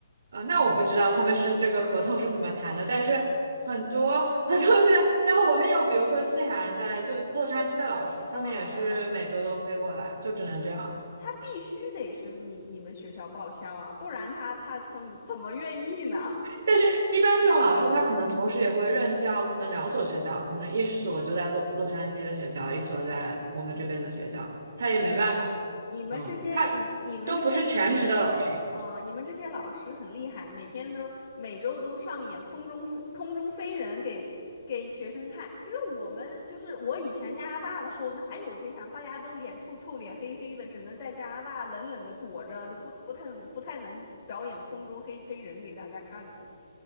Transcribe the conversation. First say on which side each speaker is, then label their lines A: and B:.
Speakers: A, on the right (about 55°); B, on the left (about 30°).
A: 呃，那我不知道他们是这个合同是怎么谈的，但是很多 <laughs> 很多现在，然后我们有比如说西海岸在就洛杉矶的老师，他们也是每周都飞过来，
B: 嗯嗯，
A: 就只能这样。
B: 他必须得是你你们学校报销啊，不然他他怎么怎么愿意呢？
A: 但是，一般这种老师他可能同时也会任教，可能两所学校，可能一所就在洛洛杉矶的学校，一所在我们这边的学校，
B: <laughs> 嗯，
A: 他也没办法，
B: 你们这些你你们这些
A: 嗯，他都不是全职的老师，因为
B: 啊，你们这些老师很厉害，每天都每周都上演空中飞空中飞人给给学生看。因为我们就是我以前加拿大的时候哪有这样，大家都脸臭臭、脸黑黑的，只能在加拿大冷冷的躲着，都不不太不太能表演空中黑飞人给大家看的。